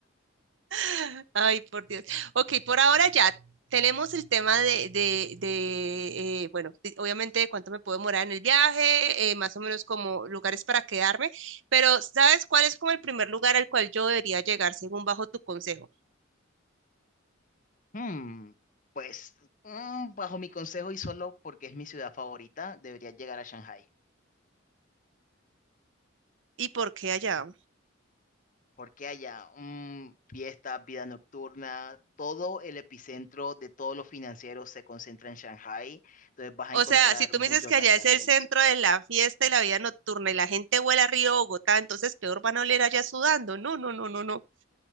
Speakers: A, on the right (about 65°); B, on the left (about 40°).
A: <laughs> Ay, por Dios. Ok, por ahora ya tenemos el tema de, de, de, eh, bueno, de- obviamente de cuánto me puedo demorar en el viaje, eh, más o menos como lugares para quedarme, pero ¿sabes cuál es como el primer lugar al cual yo debería llegar según bajo tu consejo?
B: Hmm, pues, mm, bajo mi consejo y solo porque es mi ciudad favorita, deberías llegar a Shanghái.
A: ¿Y por qué allá?
B: porque allá mm, fiestas, vida nocturna, todo el epicentro de todos los financieros se concentra en Shanghai, entonces vas
A: O
B: a encontrar
A: sea, si tú
B: muchos
A: me dices que
B: rascacielos.
A: allá es el centro de la fiesta y la vida nocturna y la gente huele a Río Bogotá, entonces peor van a oler allá sudando. No, no, no, no, no.